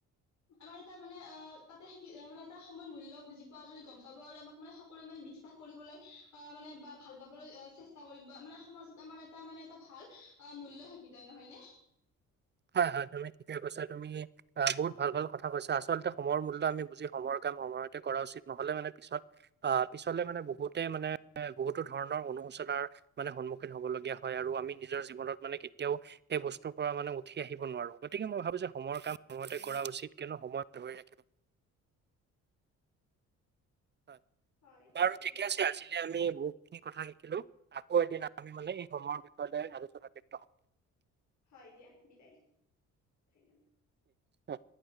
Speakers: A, on the left; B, on the right.
A: আমাৰ এটা মানে অ তাতে শি মানে তাৰ সময়ৰ মূলয় বুজি পোৱা বুলি গম পাব আৰু আমাক মানে সকলোৱে মানে বিশ্বাস কৰিবলৈ অ', মানে বা ভাল পাবলৈ চেষ্টা কৰিব, মানে সমাজত আমাৰ এটা মানে এটা ভাল অহ মূল্য থাকিব। <unintelligible> নহয়নে?
B: <unintelligible> হয় হয়, তুমি ঠিকেই কৈছা, তুমি অ বহুত ভাল ভাল কথা কৈছা। আচলতে সময়ৰ মূল্য আমি বুজি সময়ৰ কাম সময়তে কৰা উচিত, নহলে মানে পিছত অ পিছলে মানে বহুতে মানে বহুতো ধৰণৰ সমলোচনাৰ মানে সন্মুখীন হ'ব লগগীয়া হয় আৰু আমি নিজৰ জীৱনত মানে কেতিয়াও সেই বস্তুৰ পৰা মানে উঠি আহিব নোৱাৰো, গতিকে মই ভাবো যে সময়ৰ কাম সময়তে কৰা উচিত, কিয়নো সময় ধৰি ৰাখিব <unintelligible> হয়,
A: হয়
B: বাৰু ঠিকেই
A: কৈছা
B: আছে, আজিলে আমি বহু খিনি কথা শিকিলো, আকৌ এদিন আমি মানে এই সময়ৰ বিষয়তেই আলোচনাত লিপ্ত হম।
A: হয় দিয়া, বিদায়, ধন্যবাদ।
B: অ।